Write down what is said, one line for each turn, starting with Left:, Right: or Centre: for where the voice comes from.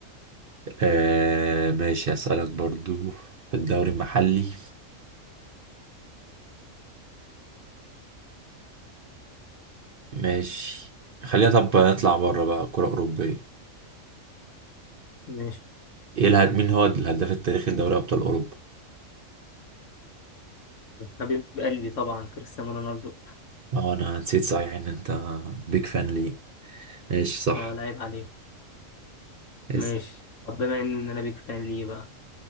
Right: آه ماشي أسألك برضو في الدوري المحلي ماشي خلينا طب نطلع بره بقى كرة أوروبية
Left: ماشي
Right: إيه الهد... مين هو الهداف التاريخي لدوري أبطال أوروبا؟
Left: حبيب قلبي طبعا كريستيانو رونالدو
Right: اه أنا نسيت صحيح إن أنت بيج فان ليه ماشي صح
Left: أه لعيب عليه
Right: اسأل
Left: ماشي طب بما ان انا بيك فان ليه بقى